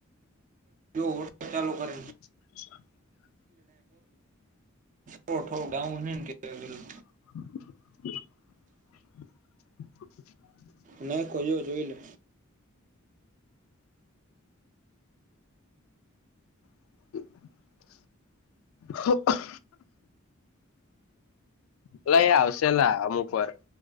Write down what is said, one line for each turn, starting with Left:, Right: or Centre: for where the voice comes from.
Right: જો હોટલ ચાલુ કરે છે.
Left: અ <inaudible>
Right: ગાવુંન કે, <inaudible>
Left: હ <inaudible> <unintelligible> <inaudible>
Right: નાખો જો જોઈલે.
Left: <unintelligible> <inaudible> હ <inaudible> એલા એ આવશેલા અમુકવાર.